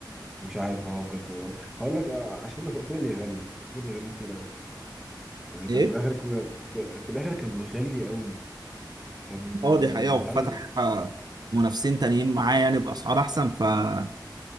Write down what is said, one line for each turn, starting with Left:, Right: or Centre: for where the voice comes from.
Centre: مش عارف اه بجد هو- هقول لك آه، عشان ف- فضل يغلي فضل يغلي كتير قوي يعني كان
Right: ايه
Centre: في الاخر كده- في, في الاخر كان مغلي قوي كان
Right: اه دي حقيقة وفتح
Centre: غلى
Right: آه، منافسين تانيين معاه يعني بأسعار احسن فكلنا